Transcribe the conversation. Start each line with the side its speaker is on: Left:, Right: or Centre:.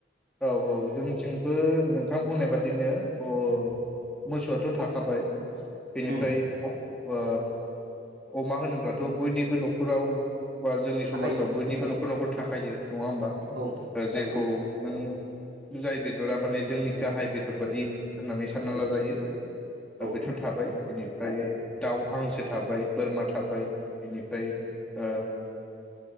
Centre: औ औ जोंनिथिंबो नों थां बुंनाय बादिनो अ मोसौआथ थाखाबाय बेनिफ्राय
Right: उम
Centre: ओ अमा होनोब्ला थ बयनिबो नख खराव बा जोंनि समाजाव
Right: थाखायो
Centre: बयनिबो नख नखर थाखायो नङा होम्बा
Right: औ
Centre: जायखौ
Right: नंगौ
Centre: नों जाय बेदरा माने जोंनि गाहाय बेदर बादि होननानै सानना लाजायो
Right: औ
Centre: बेथ थाबाय बेनिफ्राय दाउ, हांसो था बाय बोरमा थाबाय। बिनिफ्राय ओ